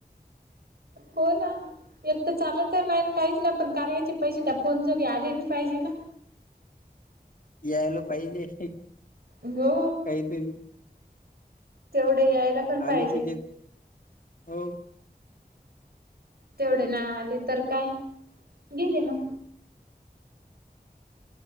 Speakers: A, on the right (about 70°); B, on the left (about 55°).
A: हो ना एक तर चालत नाही काहीच नाही पण कायॉचे पैसे त्या फोन जोगे आलेबी पाहिजे ना.
B: यायला पाहिजे.
A: हो,
B: काहीतरी
A: तेवढे यायला पण पाहिजे
B: आले किती ये? हो
A: तेवढे नाही आले तर काय? गेले मग.